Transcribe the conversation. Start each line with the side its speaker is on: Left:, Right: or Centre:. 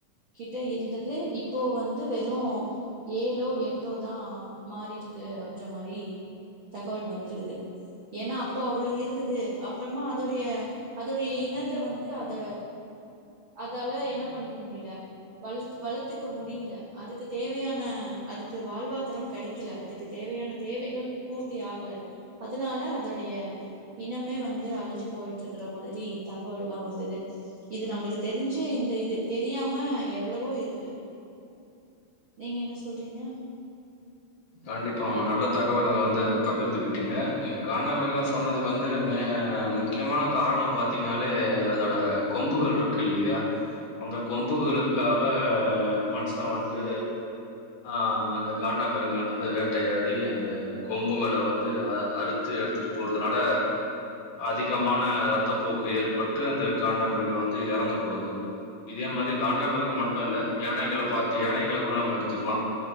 Right: கிட்ட இருந்தது இப்போ வந்து வெறு ஏலோ எட்டோ தா மாறிருக்கு அப்டின்ற மாரி தகவல் வந்துருக்குது ஏனா அப்போ அவ்ளோ இருந்தது அப்புறமா அதோடய அதோடய இனத்த வந்து அத அதால என்ன பண்ணிக்க முடில வளர் வளத்துக்க முடியல அதுக்கு தேவயான அதுக்கு வாழ்வாதாரம் கடை க்கல அதுக்கு தேவயான தேவைகள் பூர்த்தி ஆகல அதனால அதோடய இனமே வந்து அழிஞ்சு போய்ட்டு இருக்கிற மாரி தகவல்லா வந்தது இது நம்மளுக்கு தெரிஞ்சு இந்த இது தெரியாம எவ்வளவோ இருக்கு நீங்க என்ன சொல்றீங்க
Left: கண்டிப்பாம்மா நல்ல தகவல வந்து பகிர்ந்துகிட்டீங்க நீங்க காண்டாமிருகம் சொன்னதுக்கு வந்து மே முக்கியமான காரணம் பாத்தீங்கனாலே அதோட கொம்புகள் இருக்கு இல்லியா அந்த கொம்புகளுக்காக மனுஷ வந்து ஆ அந்த காண்டா மிருகன் வந்து வேட்டையாடி அந்த கொம்புங்கள வந்து அ அறுத்து எடுத்துட்டு போறதுனால அதிகமான ரெத்தப்போக்கு ஏற்பட்டு அந்த காண்ட மிருகன் வந்து எறந்து போது இதே மாரி காண்டாமிருகம் மட்டு இல்ல யானைகள பாத்து யானைகள கூட நம்ம எடுத்துக்லா